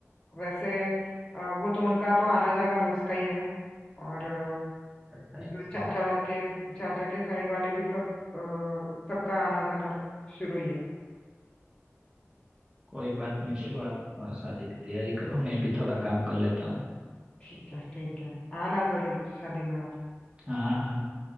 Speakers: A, on the left; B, on the right.
A: वैसे अ, वो तो उनका तो आना जाना रोज का ही है और अ,
B: अच्छा
A: जो
B: है, ऐसा
A: चाचा के चाचा के साइड वाले भी सब अ, सबका आना जाना शुरू ही है
B: कोई बात नहीं चलो आप आ, शादी की तैयारी करो मैं भी थोड़ा काम कर लेता हूँ
A: ठीक है ठीक है आना जरूर शादी में आप
B: हाँ हाँ